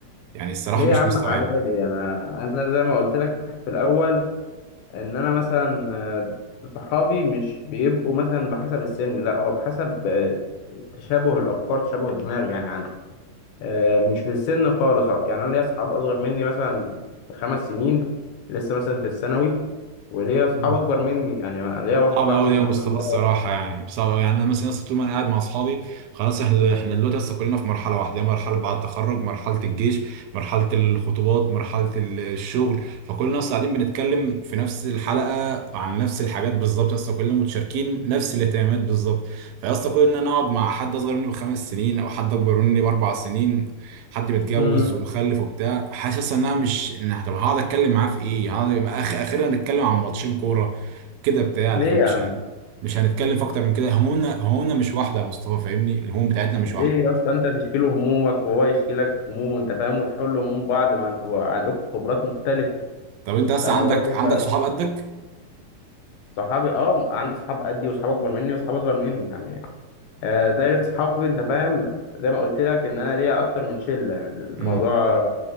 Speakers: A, on the right; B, on the left.
A: يعني الصراحة
B: ليه يا
A: مش
B: عم
A: مستوعبة
B: عادي انا انا زي ما قلت لك في الاول ان انا مثلا آه، صحابي مش بيبقوا مثلا بحسب السن لا هو بحسب آه، تشابه الافكار تشابه الدماغ يعني عندي آه، مش بالسن خالص آه، يعني انا ليا اصحاب اصغر مني مثلا بخمس سنين لسه مثلا في الثانوي وليا اصحاب
A: مم.
B: اكبر مني يعني أنا ليا واحد
A: صعب
B: صاحبي
A: قوي
B: الحمد
A: يا مصطفى
B: لله
A: الصراحه يعني صعب قوي يعني انا مثلا لسه طول ما انا قاعد مع اصحابي خلاص احنا احنا دلوقتي لسه كلنا في مرحله واحده مرحله بعد التخرج مرحله الجيش مرحله الخطوبات مرحله ال- الشغل فكلنا لسه قاعدين بنتكلم في نفس الحلقه عن نفس الحاجات بالظبط لسه كلنا متشاركين نفس الاهتمامات بالظبط فلسه كل ان انا اقعد مع حد اصغر مني بخمس سنين او حد اكبر مني باربع سنين حد متجوز
B: امم
A: ومخلف وبتاع حاسس انها مش إن- طب هقعد اتكلم معاه في ايه؟ هقعد اخر اخيرا نتكلم عن ماتشين كوره كده بتاع
B: ليه
A: لكن مش
B: يا عم
A: هن... مش هنتكلم في اكتر من كده همومنا همومنا مش واحده يا مصطفى فاهمني الهموم بتاعتنا مش
B: ليه
A: واحده
B: يا اسطى انت تشكي له همومك وهو يشكي لك همومه انت فاهم وتحلوا هموم بعض ما انتوا عندكم خبرات مختلفه
A: طب انت بس
B: فالموضوع
A: عندك
B: بيبقى
A: عندك صحاب قدك
B: صحابي اه عندي صحاب قدي وصحاب اكبر مني وصحاب اصغر مني يعني آه، دايرة صحابي أنت فاهم زي ما قلت لك إن أنا ليا أكتر من شلة يعني الموضوع
A: امم